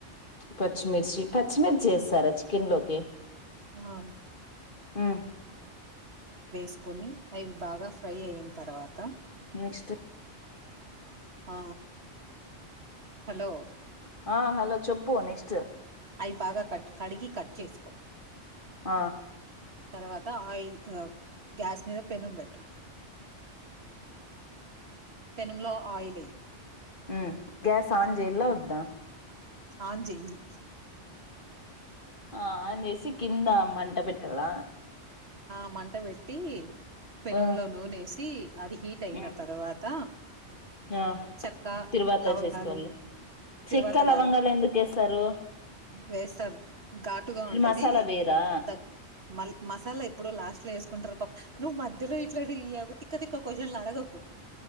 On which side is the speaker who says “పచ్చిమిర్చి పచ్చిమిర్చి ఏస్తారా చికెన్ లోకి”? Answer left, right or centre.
Left